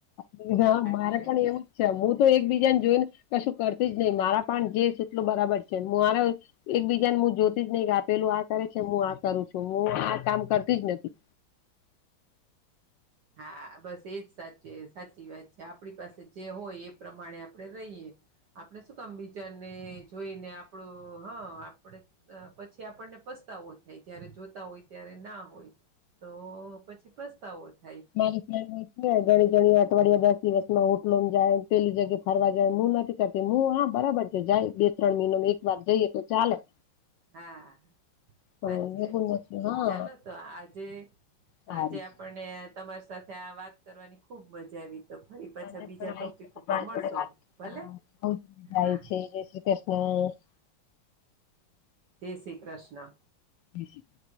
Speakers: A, on the left; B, on the right.
A: હા
B: અટલે-
A: મારે પણ એવું જ હું તો એકબીજાને જોઈને કશું કરતી જ નહી મારા પણ જે છે એટલો બરાબર છે મારે- એકબીજાને હું જોતી જ નહી કે આપેલું આ કરે છે હું આ કરું છું હું આ કામ કરતી જ નથી.
B: હા બસ એજ સાચી સાચી વાત છે આપણી પાસે જે હોય એ પ્રમાણે આપણે રહીએ- આપણેે શું કામ- ને જોઈને આપણું હા આપડે પછી આપણને પસ્તાવો- જયારે જોતા હોય ત્યારે ના હોય તો પછી પસ્તાવો હ-
A: મારે- ઘણી ઘણી અઠવાડિયા દસ દિવસ માં હોટલોમ જાય પેલી જગ્યા ફરવા જાય હું નથી કર- હું હા બરાબર છે જાય બે ત્રણ મહિનો એક વાર જઈએ તો ચાલે-
B: હા
A: પણ
B: સાચી વાત
A: એવું
B: છે
A: નથી હા
B: ચાલો તો આજે-
A: સારું
B: આજે આપણને તમારી સાથે આ વાત કરવાની ખુબ મજા આવી. તો ફરી પાછા
A: મને
B: બીજા
A: પણ
B: ટોપિક
A: તમા
B: ઉપર મળશું
A: જોડે વાત કરવાની
B: ભલે
A: બોજ મજા
B: હા
A: આવી છે. જય શ્રીકૃષ્ણા- ને
B: જયશ્રી કૃષ્ણા-
A: બેસી <unintelligible>